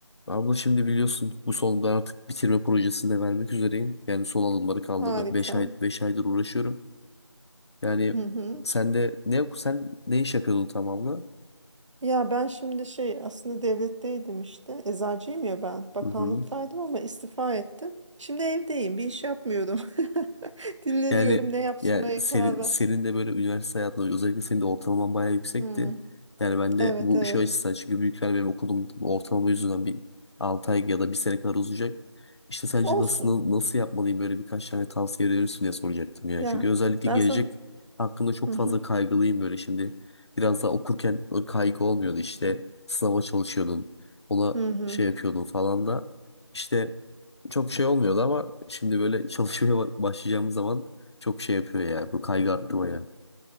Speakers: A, on the left; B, on the right.
A: Abla şimdi biliyorsun bu solu ben artık bitirme projesinde vermek üzereyim. Yani son alımları kaldı.
B: Harika.
A: beş ay beş aydır uğraşıyorum. Yani
B: Hı hı.
A: sen de ne sen ne iş yapıyordun tamamla?
B: Ya ben şimdi şey aslında devletteydim işte. Eczacıyım ya ben. Bakanlıktaydım
A: Hı hı.
B: ama istifa ettim. Şimdi evdeyim. Bir iş yapmıyorum. <laughs> Dinleniyorum.
A: Yani
B: Ne yapmaya
A: ya senin,
B: karar ver.
A: senin de böyle üniversite hayatında özellikle senin de ortalaman bayağı yüksekti.
B: Hmm,
A: Yani ben de
B: Evet
A: bu
B: evet.
A: şey açısından çünkü büyükler benim okulum ortalama yüzünden bir 6 ay ya da bir sene kadar uzayacak. İşte sence
B: Olsun.
A: nasıl nasıl yapmalıyım böyle birkaç tane tavsiye verirsin diye soracaktım yani.
B: Ya
A: Çünkü özellikle
B: ben
A: gelecek
B: sana...
A: hakkında çok
B: Hı hı.
A: fazla kaygılıyım böyle şimdi. Biraz daha okurken o kaygı olmuyordu işte sınava çalışıyordun ona
B: Hı hı.
A: şey yapıyordun falan da işte çok şey olmuyordu ama şimdi böyle <laughs> çalışmaya ba- başlayacağımız zaman çok şey yapıyor ya. Bu kaygı arttı bayağı.